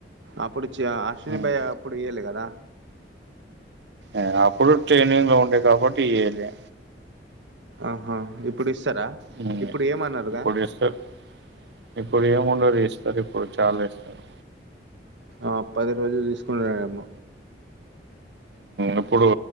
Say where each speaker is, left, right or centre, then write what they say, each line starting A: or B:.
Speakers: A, on the right; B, on the right.
A: అప్పుడుచ అశ్విని
B: హ్మ్.
A: భయ్య అప్పుడు ఇయ్యాలే కదా
B: ఆ అప్పుడు ట్రైనింగ్ లో ఉండే కాబట్టి ఇయ్యలే
A: ఆహా ఇప్పుడు ఇస్తారా
B: హ్మ్.
A: ఇప్పుడు ఏమన్రుగా
B: ఇప్పుడు ఇస్తారు ఇప్పుడు ఏముండది ఇస్తారు ఇప్పుడు చాలా ఇస్తారు.
A: ఆ పది రోజులు తీసుకుంటారడమ్మ
B: ఇప్పుడు